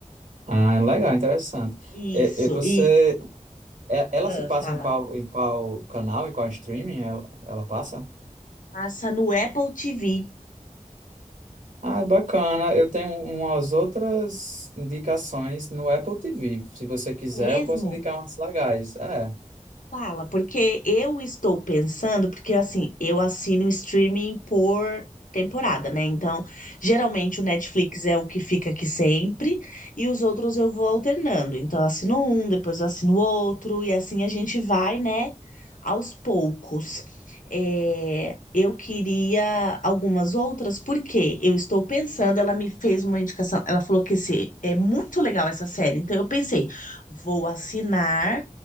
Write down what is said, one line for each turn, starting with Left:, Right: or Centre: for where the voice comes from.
Right: Ah, é legal, interessante.
Left: Isso.
Right: E, e você,
Left: E
Right: é- ela
Left: ah,
Right: se passa
Left: fala.
Right: em qual, em qual canal e qual streaming ela, ela passa?
Left: Passa no Apple TV
Right: Ah, bacana. Eu tenho umas outras indicações no Apple TV. Se você quiser,
Left: mesmo?
Right: eu posso indicar umas legais. É.
Left: Fala, porque eu estou pensando, porque assim, eu assino streaming por temporada, né? Então, geralmente o Netflix é o que fica aqui sempre e os outros eu vou alternando. Então, eu assino um, depois eu assino outro e assim a gente vai, né, aos poucos. É, eu queria algumas outras, porque eu estou pensando, ela me fez uma indicação, ela falou que esse, é muito legal essa série, então eu pensei, vou assinar